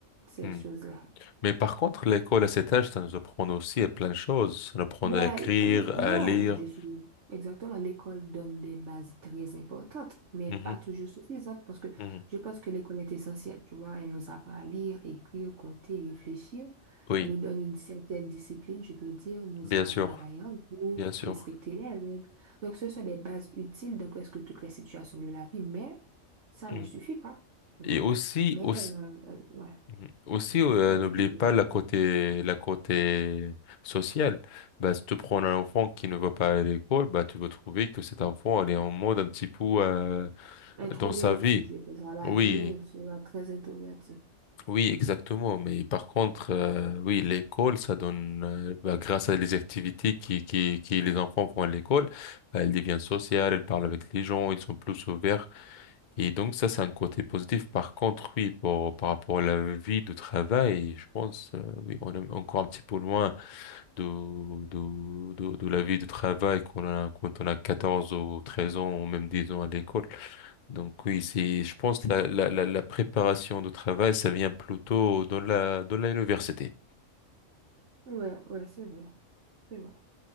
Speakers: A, on the right; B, on the left.
A: ces
B: Mm.
A: choses-là.
B: Mais par contre, l'école à cet âge, ça nous apprend aussi à plein de choses. Ça nous apprend
A: Ouais,
B: à écrire,
A: n- non,
B: à lire.
A: je suis exactement. L'école donne des bases très importantes, mais
B: Mhm.
A: pas toujours suffisantes parce que
B: Mhm.
A: je pense que l'école est essentielle. Tu vois, elle nous apprend à lire, écrire, compter, réfléchir.
B: Oui,
A: Elle nous donne une certaine discipline, je peux dire, nous
B: bien
A: aide
B: sûr,
A: à travailler en groupe,
B: bien sûr.
A: respecter les règles. Donc, ce sont des bases utiles dans presque toutes les situations de la vie, mais ça
B: Mm.
A: ne suffit pas, tu vois.
B: Et aussi,
A: Mais,
B: aussi,
A: euh, euh, ouais,
B: Mhm. Aussi, euh,
A: ouais,
B: n'oubliez
A: tu peux
B: pas
A: dire.
B: la côté, la côté sociale. Bah, si tu prends un enfant qui ne va pas à l'école, bah, tu vas trouver que cet enfant, elle est en mode un petit peu euh,
A: Introverti,
B: dans sa vie.
A: je pense. À l'avenir,
B: Oui,
A: il sera très introverti.
B: oui, exactement. Mais par contre, euh, oui, l'école, ça donne, euh, bah, grâce à les activités qui, qui, qui les enfants font à l'école, bah, elle devient sociale, elle parle avec les gens, ils sont plus ouverts et donc ça, c'est un côté positif. Par contre, oui, pour, par rapport à la vie de travail, je pense, euh, oui, on est encore un petit peu loin de, de, de, de la vie de travail qu'on a quand on a 14 ou 13 ans ou même 10 ans à l'école. Donc oui, c'est, je pense, la, la, la, la préparation de travail, ça vient plutôt dans la, dans l'université.
A: Ouais, ouais, c'est vrai. C'est vrai.